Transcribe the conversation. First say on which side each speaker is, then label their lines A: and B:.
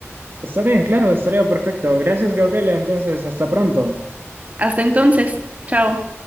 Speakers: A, on the right; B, on the right.
A: Está bien, claro, estaría perfecto. Gracias, Gabriela. Entonces, hasta pronto.
B: Hasta entonces, chao.